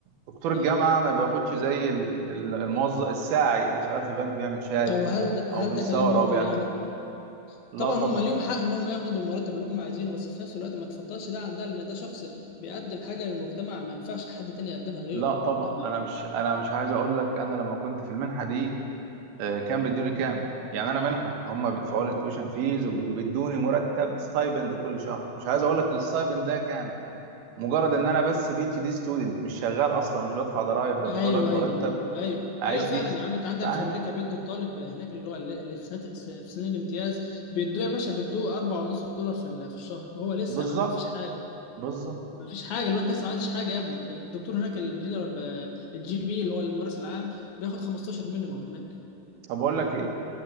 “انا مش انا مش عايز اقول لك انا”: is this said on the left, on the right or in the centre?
Right